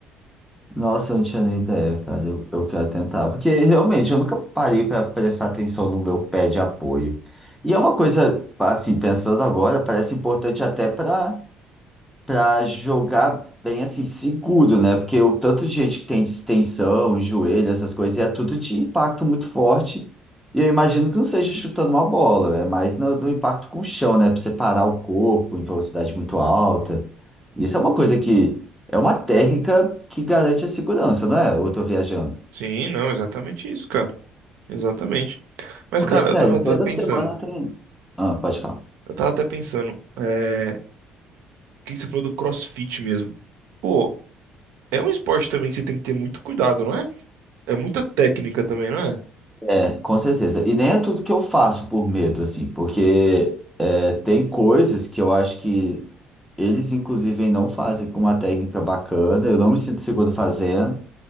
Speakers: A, in the centre; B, on the right (about 80°).
A: Nossa, eu não tinha nem ideia, cara. Eu, eu quero tentar. Porque realmente eu nunca parei para prestar atenção no meu pé de apoio. E é uma coisa, assim, pensando agora, parece importante até para para jogar bem assim, seguro, né? Porque o tanto de gente que tem distensão, joelho, essas coisas, e é tudo de impacto muito forte. E eu imagino que não seja chutando uma bola, é mais no, do impacto com o chão, né? Para separar o corpo em velocidade muito alta. Isso é uma coisa que é uma técnica que garante a segurança, não é? Ou eu tô viajando.
B: Sim, não, exatamente isso, cara. Exatamente. Mas,
A: Porque,
B: cara,
A: sério,
B: eu tava até
A: toda
B: pensando.
A: semana tem. Ah, pode falar.
B: Eu tava até pensando. É, o que que você falou do CrossFit mesmo? Pô, é um esporte também que você tem que ter muito cuidado, não é? É muita técnica também, não é?
A: É, com certeza. E nem é tudo que eu faço por medo, assim, porque é, tem coisas que eu acho que Eles, inclusive, não fazem com uma técnica bacana. Eu não me sinto seguro fazendo.